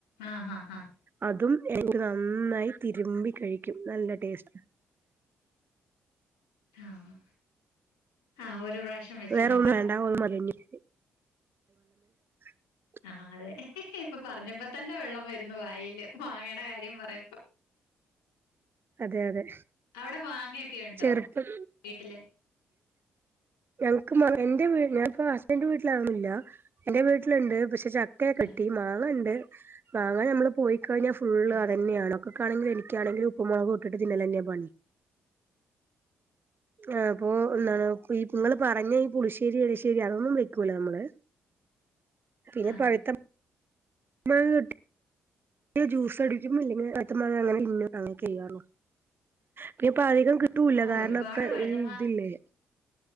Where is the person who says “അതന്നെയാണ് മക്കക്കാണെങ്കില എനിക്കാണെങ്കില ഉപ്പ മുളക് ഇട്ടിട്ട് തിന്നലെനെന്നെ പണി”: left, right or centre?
Right